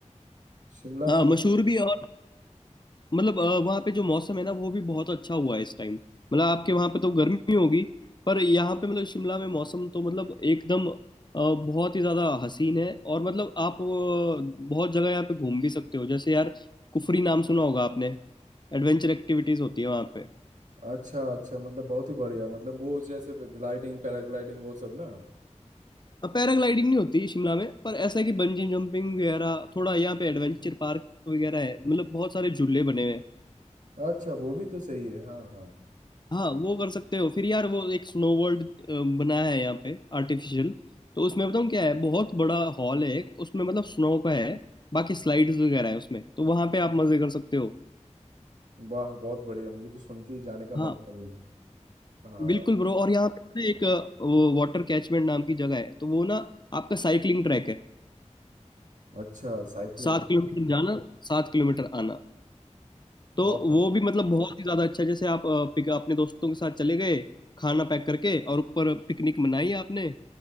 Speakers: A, on the right (about 90°); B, on the left (about 35°).
A: शिमला
B: हाँ
A: में मतलब
B: मशहूर भी है और मतलब अ, वहाँ पे जो मौसम है ना वो भी बहुत अच्छा हुआ है इस टाइम मतलब आपके वहाँ पे तो गर्मी होगी पर यहाँ पे मतलब शिमला में मौसम तो मतलब एकदम अ, बहुत ही ज़्यादा हसीन है और मतलब आप अ, बहुत जगह यहाँ पे घूम भी सकते हो जैसे यार कुफरी नाम सुना होगा आपने एडवेंचर एक्टिविटीज़ होती है वहाँ पे
A: अच्छा अच्छा मतलब बहुत ही बढ़िया मतलब वो जैसे ग्लाइडिंग पैराग्लाइडिंग वो सब ना
B: पैराग्लाइडिंग नहीं होती शिमला में पर ऐसा है कि बंजी जंपिंग वगैरह थोड़ा यहाँ पे एडवेंचर पार्क वगैरह है मतलब बहुत सारे झूले बने हुए हैं
A: अच्छा वो भी तो सही है हाँ हाँ
B: हाँ वो कर सकते हो फिर यार वो एक स्नो वर्ल्ड बना है यहाँ पे आर्टिफिशियल तो उसमें बताऊँ क्या है बहुत बड़ा हॉल है एक उसमें मतलब स्नो का है बाकी स्लाइड्स वगैरह है उसमें तो वहाँ पे आप मजे कर सकते हो
A: वाह बहुत बढ़िया मुझे तो सुन के ही जाने का मन
B: हाँ
A: कर रहा है हाँ
B: बिल्कुल ब्रो और यहाँ पे ना एक अ, वो वाटर कैचमेंट नाम की जगह है तो वो ना आपका साइकिलिंग ट्रैक है
A: अच्छा साइकिलिंग
B: सात किलोमीटर जाना सात किलोमीटर आना तो
A: वाह
B: वो भी मतलब बहुत ही ज्यादा अच्छा है। जैसे आप अ, पिक अपने दोस्तों के साथ चले गए खाना पैक करके और ऊपर पिकनिक मनाई आपने